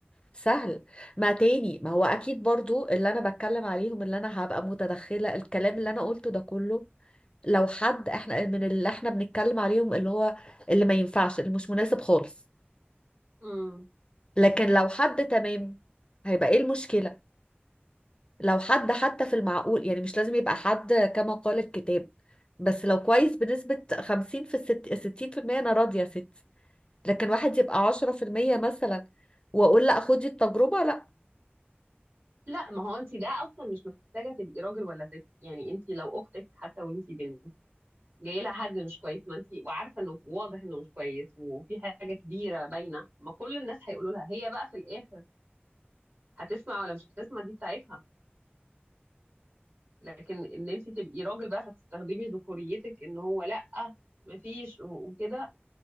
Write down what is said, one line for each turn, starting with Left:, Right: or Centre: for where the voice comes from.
Left: سهل ما تاني ما هو أكيد برضو اللي أنا بتكلم عليهم اللي أنا هبقى متدخلة الكلام اللي أنا قلته ده كله لو حد احنا من اللي احنا بنتكلم عليهم اللي هو اللي ما ينفعش اللي مش مناسب خالص
Right: مم.
Left: لكن لو حد تمام هيبقى ايه المشكلة لو حد حتى في المعقول يعني مش لازم يبقى حد كما قال الكتاب بس لو كويس بنسبة خمسين في الست ستين في المية أنا راضية يا ستي لكن واحد يبقى عشرة في المية مثلا وأقول لأ خدي التجربة لأ
Right: لا ما هو انت ده اصلا مش محتاجة تبقي راجل ولا ست يعني انت لو اختك حتى وانت بنت جاي لها حد مش كويس ما انت وعارفه انه واضح انه مش كويس وفي حاجه كبيره باينه ما كل الناس هيقولوا لها هي بقى في الاخر هتسمع ولا مش هتسمع دي بتاعتها لكن ان انت تبقي راجل بقى فتستخدمي ذكوريتك ان هو لا ما فيش وكده